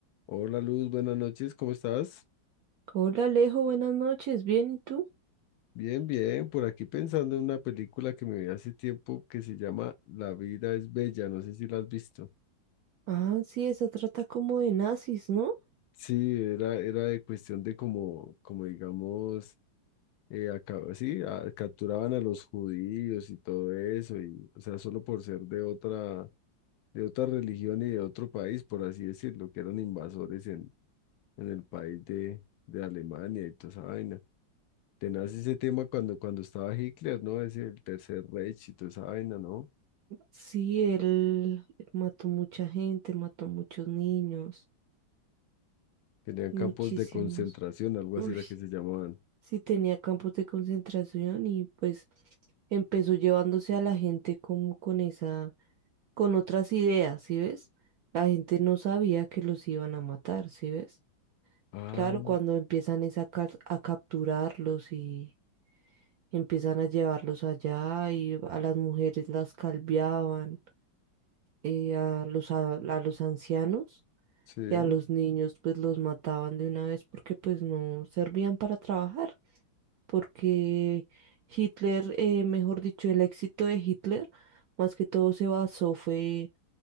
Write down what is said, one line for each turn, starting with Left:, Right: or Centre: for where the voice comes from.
Left: Hola Luz, buenas noches, ¿cómo estás?
Right: Hola Alejo, buenas noches, ¿bien y tú?
Left: Bien, bien, por aquí pensando en una película que me vi hace tiempo que se llama La vida es bella, no sé si la has visto.
Right: Ah, sí, esa trata como de nazis, ¿no?
Left: Sí, era, era de cuestión de como, como digamos, eh, acá- sí, a- capturaban a los judíos y todo eso, y, o sea, solo por ser de otra, de otra religión y de otro país, por así decirlo, que eran invasores en, en el país de, de Alemania y toda esa vaina. Tenaz ese tema cuando, cuando estaba Hitler, ¿no? Ese, el Tercer Reich y toda esa vaina, ¿no?
Right: Sí, él mató mucha gente, mató muchos niños,
Left: Tenían
Right: muchísimos.
Left: campos de concentración, algo
Right: Uy,
Left: así era que se llamaban.
Right: sí tenía campos de concentración y pues empezó llevándose a la gente como con esa, con otras ideas, ¿sí ves? La gente no sabía que los iban a matar, ¿sí ves?
Left: Ah,
Right: Claro, cuando empiezan es a, ca- a capturarlos y empiezan a llevarlos allá y a las mujeres las calviaban, eh, a los, a, a los ancianos
Left: sí,
Right: y a los niños pues los mataban de una vez porque pues no servían para trabajar, porque Hitler, eh, mejor dicho, el éxito de Hitler más que todo se basó fue